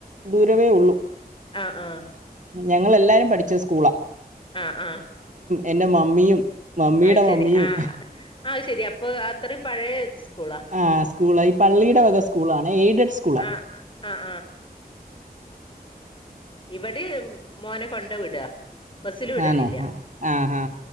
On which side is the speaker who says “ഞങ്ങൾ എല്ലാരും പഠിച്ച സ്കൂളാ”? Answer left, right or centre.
Right